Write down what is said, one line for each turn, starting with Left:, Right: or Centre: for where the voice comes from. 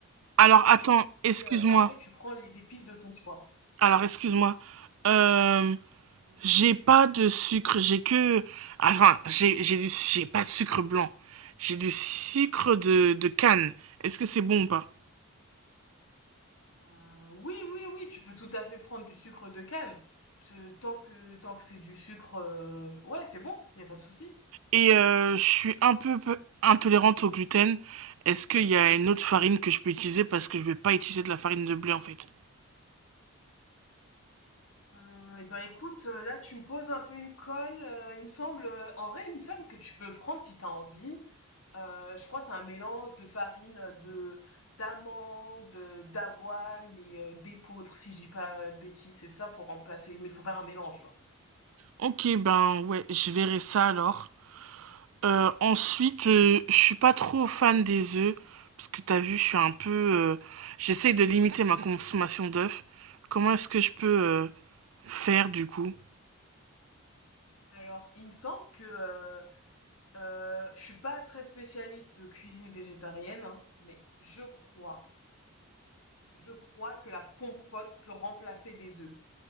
Right: Alors attends, excuse-moi.
Left: et heu, après tu prends les épices de ton choix.
Right: Alors excuse-moi. Euh, j'ai pas de sucre. J'ai que. Enfin, j'ai j'ai du. J'ai pas de sucre blanc. J'ai du sucre de de canne. Est-ce que c'est bon ou pas
Left: Heu, oui, oui, oui, tu peux tout à fait prendre du sucre de canne. Ce tant que tant que c'est du sucre, heu, ouais, c'est bon, il y a pas de souci.
Right: Et euh, je suis un peu, peu intolérante au gluten. Est-ce qu'il y a une autre farine que je peux utiliser parce que je vais pas utiliser de la farine de blé en fait
Left: Euh, eh ben écoute, euh, là tu me poses un peu une colle. euh, il me semble, euh, en vrai, il me semble que tu peux prendre si t'as envie. Euh, je crois que c'est un mélange de farine euh, de d'amandes, euh, d'avoine et euh, d'épeautre, si je dis pas de bêtises. C'est ça pour remplacer. Mais il faut faire un mélange. genre.
Right: Ok, ben ouais, je verrai ça alors. Euh, ensuite, euh, je suis pas trop fan des œufs, parce que t'as vu, je suis un peu... euh, j'essaie de limiter ma consommation d'œufs. Comment est-ce que je peux euh, faire du coup?
Left: Alors, il me semble que euh, euh, je suis pas très spécialiste de cuisine végétarienne, hein, mais je crois, je crois que la compote peut remplacer des œufs.